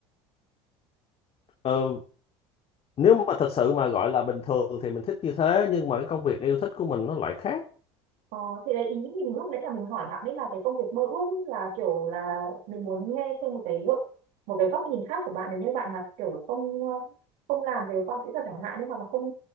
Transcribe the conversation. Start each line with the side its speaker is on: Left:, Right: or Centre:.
Left: ờ, nếu mà thật sự mà gọi là bình thường thì mình thích như thế nhưng mà cái công việc yêu thích của mình nó lại khác
Right: ờ, thì đấy ý mình lúc nãy là mình hỏi bạn ấy là cái công việc mơ ước ấy, là kiểu là mình muốn nghe thêm một cái gợi- một cái góc nhìn khác của bạn nếu như bạn mà kiểu không ờ, không làm về khoa học kỹ thuật chẳng hạn ấy, hoặc là không